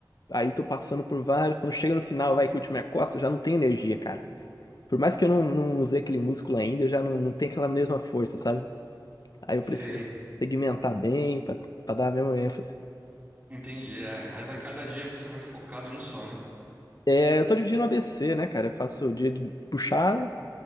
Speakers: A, on the left (about 55°); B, on the right (about 20°).
A: aí tô passando por vários. Quando chega no final, vai que o último é costa, eu já não tem energia, cara. Por mais que eu não, não usei aquele músculo ainda, eu já não, não tenho aquela mesma força, sabe? Aí eu
B: Sei.
A: prefiro segmentar bem pra, pra dar a mesma ênfase.
B: Entendi. É. Aí vai cada dia você vai focado em um só, né?
A: É, eu tô dividindo o ABC, né, cara? Eu faço o dia de puxada,